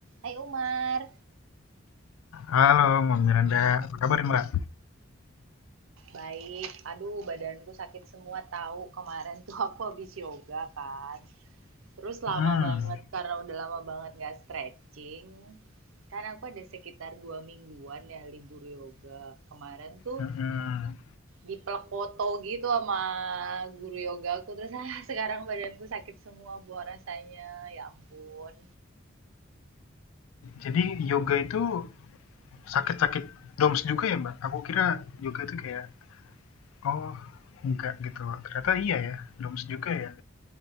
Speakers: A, on the right; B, on the left.
A: Hai Umar,
B: Halo, Mbak Miranda. Apa kabar, Mbak?
A: Baik, aduh badanku sakit semua tahu. Kemarin tuh aku habis yoga kan. Terus
B: Mhm,
A: lama banget karena udah lama banget nggak stretching. Kan aku ada sekitar dua mingguan ya libur yoga. Kemarin tuh
B: mhm.
A: dipelek foto gitu sama guru yoga aku. Terus ah sekarang badanku sakit semua buah rasanya. Ya ampun.
B: Jadi yoga itu sakit-sakit DOMS juga ya, Mbak? Aku kira yoga itu kayak, oh, enggak gitu. Ternyata iya ya, DOMS juga ya.